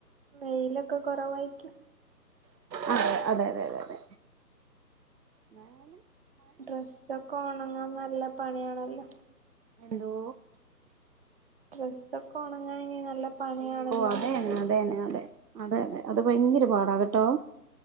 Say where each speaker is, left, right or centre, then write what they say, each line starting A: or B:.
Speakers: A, on the right; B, on the right.
A: വെയിലൊക്കെ കൊറവാര്ക്കും
B: അതെ തെ അതെ അതെ അതെ അതെ മായയ
A: ഡ്രെസ്സക്കൊണങ്ങാ നല്ല പണിയണല്ലോ
B: എന്തോ
A: ഡ്രസ്സൊക്കൊണങ്ങാ നി നല്ല പണിയാണല്ലോന്ന്
B: അയ്യോ അതെന്നെ
A: പറയ
B: അതെന്നെ അതെ അതെ അതെ അത് ഭയങ്കര പാടാകെട്ടോ